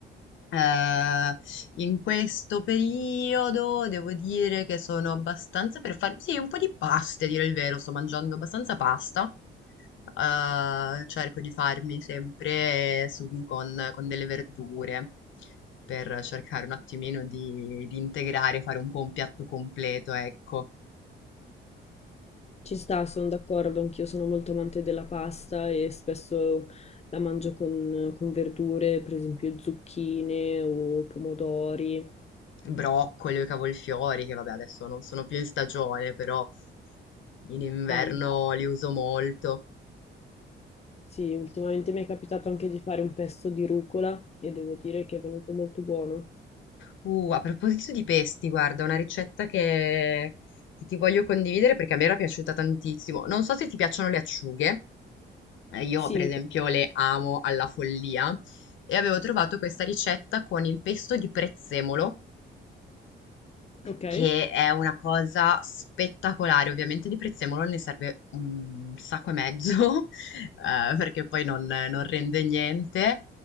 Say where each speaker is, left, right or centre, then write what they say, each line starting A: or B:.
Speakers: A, on the left (about 75°); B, on the left (about 30°).
A: Eh, in questo periodo devo dire che sono abbastanza per farmi, sì, un po' di pasta, a dire il vero, sto mangiando abbastanza pasta. Eh, cerco di farmi sempre sughi con, con delle verdure per cercare un attimino di, di integrare, fare un po' un piatto completo, ecco.
B: Ci sta, sono d'accordo, anch'io sono molto amante della pasta e spesso la mangio con, con verdure, per esempio zucchine o pomodori.
A: Broccoli o i cavolfiori, che vabbè, adesso non sono più in stagione, però in inverno
B: Anche,
A: li uso molto.
B: sì, ultimamente mi è capitato anche di fare un pesto di rucola e devo dire che è venuto molto buono.
A: Uh, a proposito di pesti, guarda, una ricetta che, che ti voglio condividere perché a me era piaciuta tantissimo. Non so se ti piacciono le acciughe, eh, io
B: Sì,
A: per
B: mi
A: esempio
B: piace.
A: le amo alla follia e avevo trovato questa ricetta con il pesto di prezzemolo
B: Ok.
A: che è una cosa spettacolare. Ovviamente di prezzemolo ne serve un sacco e mezzo, <laughs> eh, perché poi non, non rende niente.